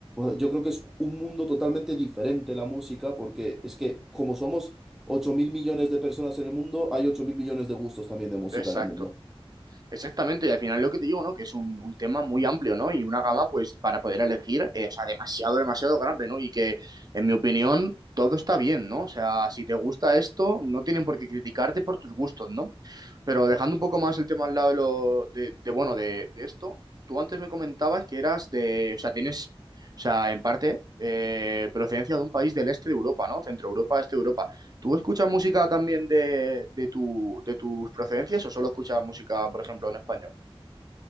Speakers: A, in the centre; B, on the right (about 40°).
A: Yo creo que es un mundo totalmente diferente la música porque es que como somos ocho mil millones de personas en el mundo, hay ocho mil millones de gustos también de música
B: Exacto.
A: en el mundo.
B: Exactamente, y al final lo que te digo, ¿no? Que es un, un tema muy amplio, ¿no? Y una gama, pues, para poder elegir, eh, o sea, demasiado, demasiado grande, ¿no? Y que, en mi opinión, todo está bien, ¿no? O sea, si te gusta esto, no tienen por qué criticarte por tus gustos, ¿no? Pero dejando un poco más el tema al lado de lo, de, de, bueno, de, de esto, tú antes me comentabas que eras de, o sea, tienes, o sea, en parte, eh, procedencia de un país del este de Europa, ¿no? Centro Europa, este de Europa. ¿Tú escuchas música también de, de tu, de tus procedencias o solo escuchas música, por ejemplo, en español?